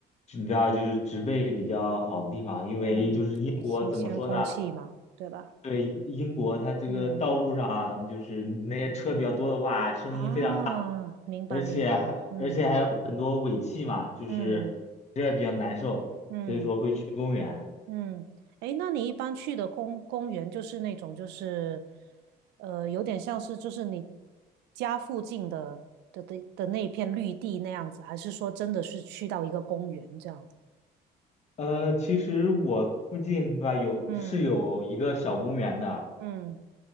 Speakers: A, on the left; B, on the right.
A: 你知道，就是植被比较好的地方，因为就是英国怎么说呢？
B: 嗯，新鲜空气嘛，对吧？
A: 对，英国它这个道路上就是那些车比较多的话，
B: 嗯，
A: 声音非常大，
B: 啊，明白明白，
A: 而且还而且还有很多尾气嘛，
B: 嗯
A: 就是这比较难受，
B: 嗯嗯
A: 所以说会去公园。
B: 嗯，诶，那你一般去的公公园就是那种就是，呃，有点像是就是你家附近的的的的那一片绿地那样子，还是说真的是去到一个公园这样？
A: 呃，其实我附近吧有是有一个小公园的。
B: 嗯嗯